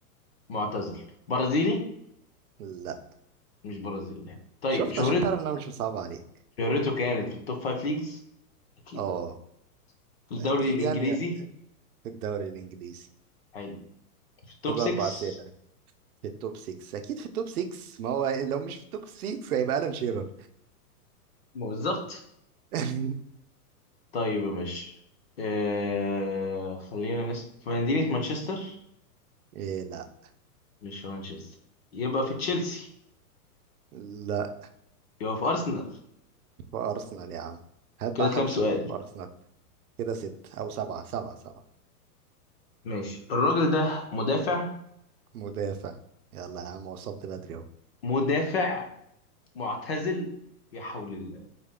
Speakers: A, on the left; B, on the right.
A: معتزل برازيلي
B: لا
A: مش برازيلي يعني طيب
B: شفت
A: شهرت
B: عشان تعرف ان انا مش مصعب عليك
A: شهرته كانت في التوب 5 ليجز اكيد
B: اه
A: يعني في الدوري
B: اكيد
A: الانجليزي
B: يعني في الدوري الانجليزي
A: حلو في التوب
B: كده
A: 6
B: اربع اسئله في التوب 6 اكيد في التوب 6 ما هو لو مش في التوب 6 هيبقى الان شيرر
A: ما بالظبط
B: <laughs>
A: طيب يا باشا آه... خلينا نسأل في مدينة مانشستر
B: إيه لا
A: مش في مانشستر يبقى في تشيلسي
B: لا
A: يبقى في أرسنال
B: في ارسنال يا عم هات
A: كده
B: بقى
A: كام
B: حد
A: سؤال
B: شوط في ارسنال كده ست او سبعه سبعه سبعه
A: ماشي الراجل ده مدافع
B: مدافع يلا يا عم وصلت بدري اهو
A: مدافع معتزل يا حول الله